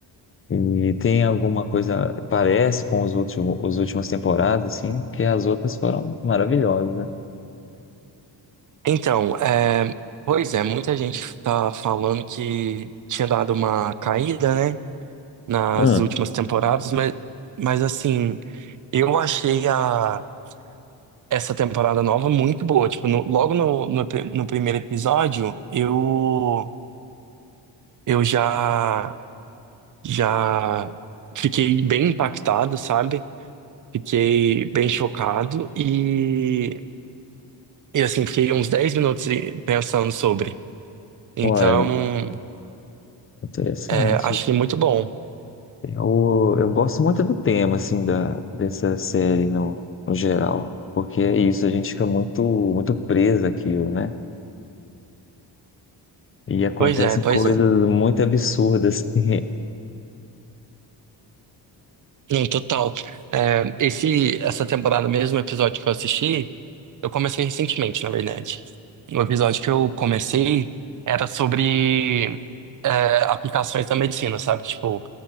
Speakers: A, on the left; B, on the right.
A: E tem alguma coisa, parece com os últimos, os últimas temporadas, assim, que as outras foram maravilhosas, né?
B: Então, é, pois é, muita gente tá falando que tinha dado uma caída, né? Nas
A: Ah,
B: últimas temporadas, mas, mas assim, eu achei a essa temporada nova muito boa. Tipo, no- logo no, no, pri- no primeiro episódio, eu, eu já, já fiquei bem impactado, sabe? Fiquei bem chocado e, e assim, fiquei uns 10 minutos pensando sobre. Então,
A: Olha, interessante.
B: é, achei muito bom.
A: Eu, eu gosto muito do tema, assim, da, dessa série no, no geral, porque é isso, a gente fica muito, muito preso àquilo, né? E acontecem
B: Pois é, pois
A: coisas
B: é.
A: muito absurdas, assim,
B: Não, total. É, esse, essa temporada mesmo, o episódio que eu assisti, eu comecei recentemente, na verdade. O episódio que eu comecei era sobre é, aplicações da medicina, sabe? Tipo,